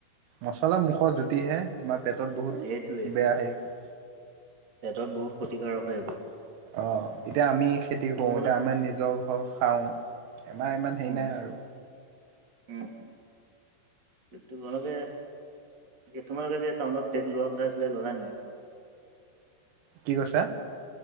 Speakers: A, on the right; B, on the right.
A: মছলা মুখৰ জুতিহে, তোমাৰ পেটত বহুত
B: সেইটোৱে
A: বেয়া হেৰি হব।
B: পেটত বহুত ক্ষতিকাৰক
A: অ',
B: হয় এইবোৰ
A: এতিয়া আমি খেতি কৰো।
B: তোমালোক
A: এতিয়া আমাৰ নিজৰ ঘৰ খাওঁ, আমাৰ ইমান হেৰি
B: উম
A: নাই আৰু।
B: উম। তোমালোকে, তোমালোকে যে টাউনত ফিলেট লোৱা কথা আছিলে ললা নেকি?
A: কি কৈছা?